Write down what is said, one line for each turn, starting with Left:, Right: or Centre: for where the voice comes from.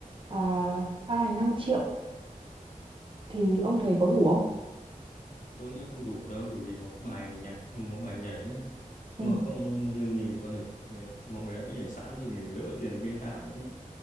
Right: uh, 3 đến năm triệu thì ông thấy có đủ không?
Left: tôi nghĩ là không đủ đâu bởi vì một bài nhạc một bài nhảy nhá
Right: Ừ,
Left: nhưng mà không như mình có thể ờ, mọi người đã bị nhảy sẵn thì mình đỡ tiền biên đạo